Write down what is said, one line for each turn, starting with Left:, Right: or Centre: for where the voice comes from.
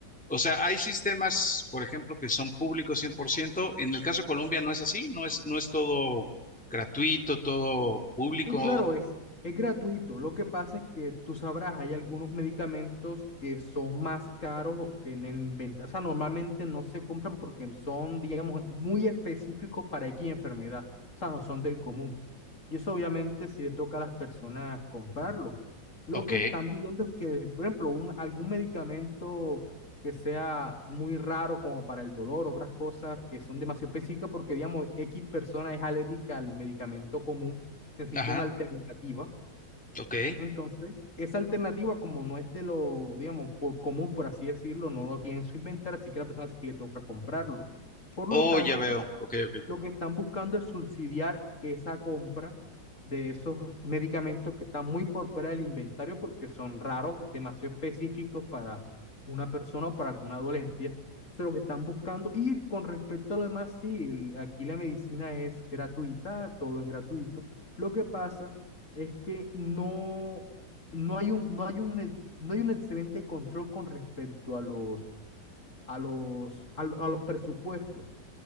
Centre: O sea, hay sistemas, por ejemplo, que son públicos 100%. En el caso de Colombia no es así, no es, no es todo gratuito, todo público.
Left: Sí, claro, es, es gratuito. Lo que pasa es que tú sabrás, hay algunos medicamentos que son más caros o que en el inventario. O sea, normalmente no se compran porque son, digamos, muy específicos para X enfermedad. O sea, no son del común. Y eso obviamente sí le toca a las personas comprarlo. Lo
Centre: Ok.
Left: que están viendo es que, por ejemplo, un- algún medicamento que sea muy raro como para el dolor, otras cosas que son demasiado específicas porque, digamos, X persona es alérgica al medicamento común necesita
Centre: Ajá,
Left: una alternativa.
Centre: ok,
Left: Entonces, esa alternativa, como no es de lo, digamos, por común, por así decirlo, no lo tiene en su inventario, así que a la persona sí le toca comprarlo. Por
Centre: Oh,
Left: lo tanto,
Centre: ya veo. Ok, ok.
Left: lo que están buscando es subsidiar esa compra de esos medicamentos que están muy por fuera del inventario porque son raros, demasiado específicos para una persona o para alguna dolencia. Eso es lo que están buscando. Y con respecto a lo demás, sí, el- aquí la medicina es gratuita, todo es gratuito. Lo que pasa es que no, no hay un, no hay un, ex- no hay un excelente control con respecto a los, a los, a lo- a los presupuestos.